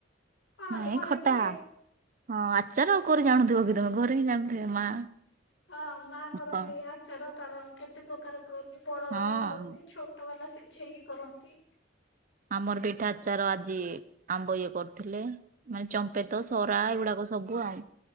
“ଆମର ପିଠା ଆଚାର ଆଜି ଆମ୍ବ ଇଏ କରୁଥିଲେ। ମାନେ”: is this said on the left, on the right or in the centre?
Right